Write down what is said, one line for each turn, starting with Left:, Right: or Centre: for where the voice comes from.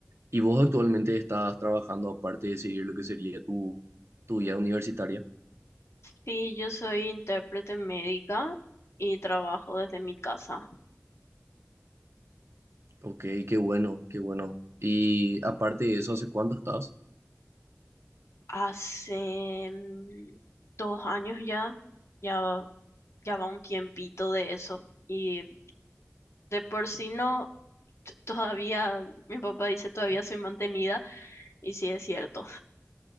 Right: ¿Y vos actualmente estás trabajando aparte de seguir lo que sería tu, tu vida universitaria?
Left: Sí, yo soy intérprete médica y trabajo desde mi casa.
Right: Ok, qué bueno, qué bueno. Y aparte de eso, ¿hace cuánto estás?
Left: Hace mm, dos años ya, ya, va- ya va un tiempito de eso. Y de por sí no, t- todavía, mi papá dice todavía soy mantenida y sí es cierto.